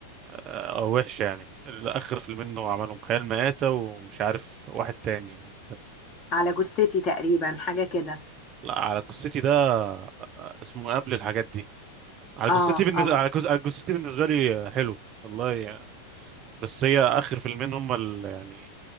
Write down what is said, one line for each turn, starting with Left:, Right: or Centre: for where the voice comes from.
Right: آه، وحشه يعني اخر فيلمين منه عملهم خيال مآتة ومش عارف واحد تاني يعني.
Left: على جثتي تقريبا حاجة كده
Right: لا على جثتي ده آه، اسمه قبل الحاجات دي على
Left: اه
Right: جثتي بالنسبه
Left: اه
Right: على جز... على جثتي بالنسبه لي حلو والله يعني. بس هي اخر فيلمين هم ال... يعني